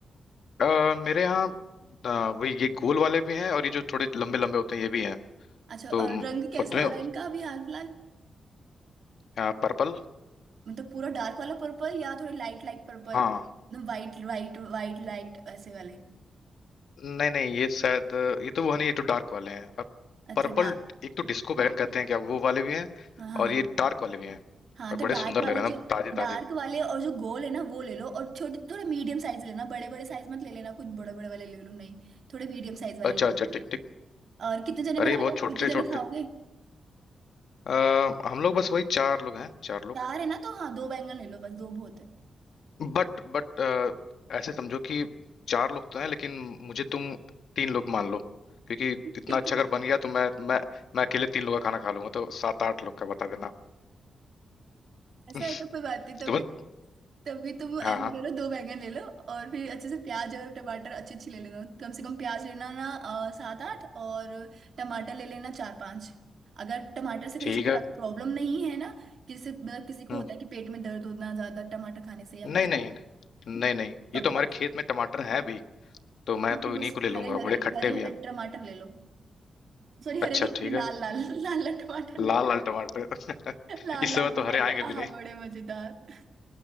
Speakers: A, on the left (about 70°); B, on the right (about 60°).
A: अ, मेरे यहाँ अ, वही ये गोल वाले भी हैं और ये जो थोड़े लंबे लंबे होते हैं ये भी हैं
B: अच्छा
A: तो
B: और
A: म,
B: रंग कैसा
A: पतले
B: हो रहा है इनका अभी हाल फिलहाल
A: पर्पल पर्पल
B: मतलब पूरा डार्क वाला पर्पल या थोड़े लाइट लाइट पर्पल
A: हाँ
B: एकदम वाइट वाइट वाइट लाइट ऐसे वाले
A: नहीं नहीं ये शायद ये तो वो नहीं ये तो डार्क वाले हैं और
B: अच्छा
A: पर्पल
B: डार्क
A: एक तो डिस्को बैंगन कहते हैं क्या वो वाले भी हैं
B: हाँ
A: और ये डार्क वाले भी हैं
B: हाँ
A: और
B: तो
A: बड़े
B: डार्क
A: सुंदर
B: वाले
A: लग रहे
B: जो
A: हैं ना ताजे
B: डार्क
A: ताजे
B: वाले और जो गोल है ना वो ले लो और छोटे थोड़ा मीडियम साइज लेना बड़े बड़े साइज मत ले लेना कुछ बड़े बड़े वाले ले लो नहीं थोड़े मीडियम साइज वाले
A: अच्छा
B: ले
A: अच्छा
B: लो
A: ठीक ठीक
B: और कितने जने बना
A: अरे
B: रहे
A: बहुत
B: हो
A: छोटे
B: कितने जने
A: छोटे
B: खाओगे
A: अ, हम लोग बस वही चार लोग हैं चार लोग
B: चार है ना तो हाँ दो बैंगन ले लो बस दो बहुत है
A: बट बट ऐसे समझो कि चार लोग तो हैं लेकिन मुझे तुम तीन लोग मान लो क्योंकि
B: <laughs>
A: इतना
B: क्यों
A: अच्छा अगर बन गया तो मैं मैं मैं अकेले तीन लोग का खाना खा लूंगा तो सात आठ लोग का बता देना
B: ऐसा
A: <laughs>
B: है तो कोई बात नहीं तभी
A: तुम्हें
B: तभी तुम ऐसा
A: हाँ हाँ
B: करो दो बैंगन ले लो और फिर अच्छे से प्याज और टमाटर अच्छी अच्छी ले लेना कम से कम प्याज लेना ना अ, सात आठ और टमाटर ले लेना चार पांच अगर टमाटर से कोई
A: ठीक
B: ज्यादा
A: है
B: प्रॉब्लम नहीं है ना किसी मतलब किसी को
A: हम्म
B: होता है कि पेट में दर्द होना ज्यादा टमाटर खाने से या
A: नहीं
B: कुछ
A: नहीं नहीं नहीं
B: तो
A: ये तो हमारे
B: बस
A: खेत में टमाटर हैं भी तो मैं
B: हाँ
A: तो
B: तो बस
A: इन्हीं को ले लूंगा
B: हरे हरे
A: बड़े खट्टे
B: हरे
A: भी
B: हरे
A: हैं
B: टमाटर ले लो सॉरी हरे
A: अच्छा
B: नहीं
A: ठीक
B: हरे
A: है
B: लाल लाल <laughs> लाल लाल टमाटर ले
A: लाल लाल टमाटर <laughs> इस
B: लाल लाल
A: समय
B: टमाटर
A: तो हरे आएंगे
B: आहा
A: भी नहीं
B: बड़े मजेदार